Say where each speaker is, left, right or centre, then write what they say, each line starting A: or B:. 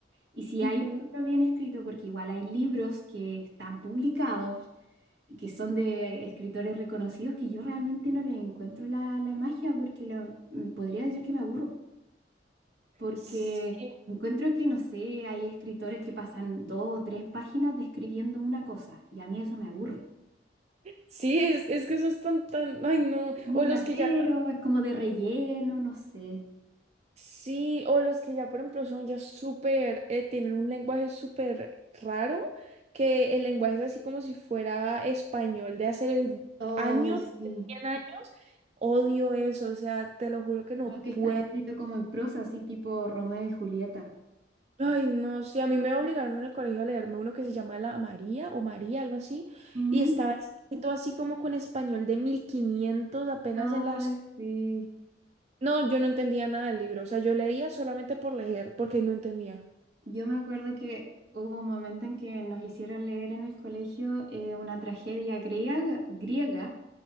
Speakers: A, on the right; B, on the right.
A: <laughs>
B: Y si hay
A: Ujú.
B: un libro bien escrito, porque igual hay libros que están publicados y que son de escritores reconocidos que yo realmente no les encuentro la, la magia, porque lo- mm, podría decir que me aburro, porque
A: Sí,
B: encuentro que, no sé, hay escritores que pasan dos o tres páginas describiendo una cosa y a mí eso me aburre.
A: sí, es, es que esos están tan... Ay, no.
B: Muy
A: O los
B: latero,
A: que ya...
B: es como de relleno, no sé.
A: Sí, o los que ya, por ejemplo, son ya súper... eh, tienen un lenguaje súper raro, que el lenguaje es así como si fuera español de hace
B: Ay,
A: años
B: sí.
A: 100 años. Odio eso, o sea, te lo juro que no
B: Los que están
A: puedo.
B: escritos como en prosa, así tipo Romeo y Julieta.
A: Ay, no, sí, a mí me obligaron en el colegio a leerme uno que se llama La María o María, algo así,
B: Ujú.
A: y estaba escrito así como con español de 1500 apenas
B: Ay,
A: en las...
B: sí.
A: No, yo no entendía nada del libro, o sea, yo leía solamente por leer, porque no entendía.
B: Yo me acuerdo que hubo un momento en que nos hicieron leer en el colegio eh, una tragedia griega, griega,